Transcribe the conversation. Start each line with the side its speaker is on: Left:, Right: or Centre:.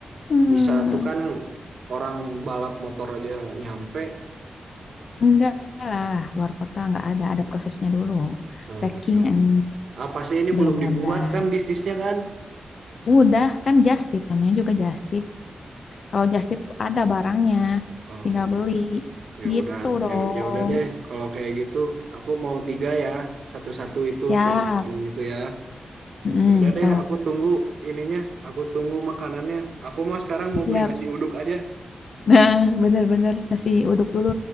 Left: Hmm.
Right: bisa tuh kan orang balap motor aja nyampe
Left: Enggak lah, luar kota enggak ada. Ada prosesnya dulu.
Right: oh
Left: Packing
Right: gitu
Left: and
Right: apa sih ini
Left: bla
Right: belum
Left: bla
Right: dibuat
Left: bla.
Right: kan bisnisnya kan
Left: Udah, kan just tip. Namanya juga just tip. Kalau just tip ada barangnya.
Right: oh
Left: Tinggal beli.
Right: ya
Left: Gitu
Right: udah
Left: dong.
Right: ya ya udah deh kalau kayak gitu aku mau tiga ya satu-satu itu
Left: Siap.
Right: dari makanan itu ya
Left: Mm,
Right: ya udah deh
Left: so,
Right: aku tunggu ininya aku tunggu makanannya aku mau sekarang mau
Left: siap.
Right: beli nasi
Left: <laughs>
Right: uduk aja
Left: Nah, bener-bener nasi uduk dulu